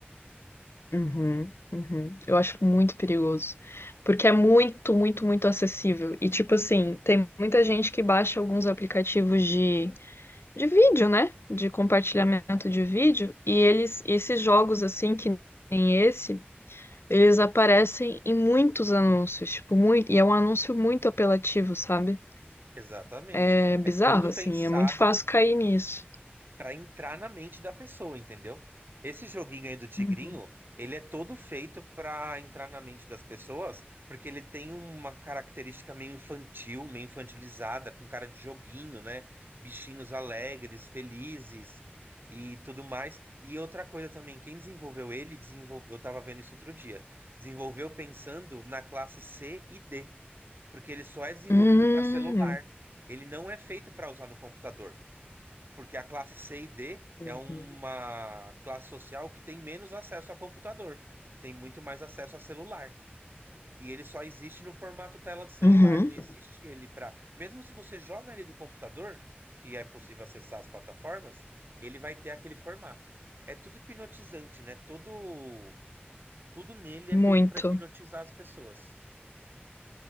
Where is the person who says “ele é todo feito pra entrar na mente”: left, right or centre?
Right